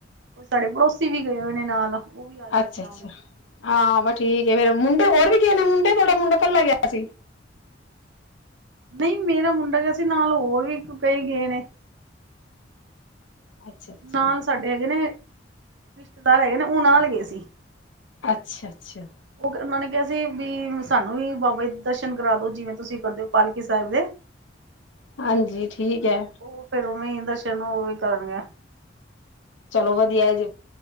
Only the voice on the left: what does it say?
ਅੱਛਾ,
ਅੱਛਾ
ਹਾਂ ਠੀਕ ਆ ਫੇਰ, ਮੁੰਡੇ ਹੋਰ ਵੀ ਗ ਨੇ ਮੁੰਡੇ ਥੋੜਾ ਮੁੰਡਾ ਇਕੱਲਾ ਗਿਆ ਸੀ।
ਅੱਛਾ ਅੱਛਾ
ਅੱਛਾ, ਅੱਛਾ।
ਹਾਂਜੀ ਠੀਕ ਹੈ।
ਚਲੋ ਵਧੀਆ ਹੈ ਜੀ,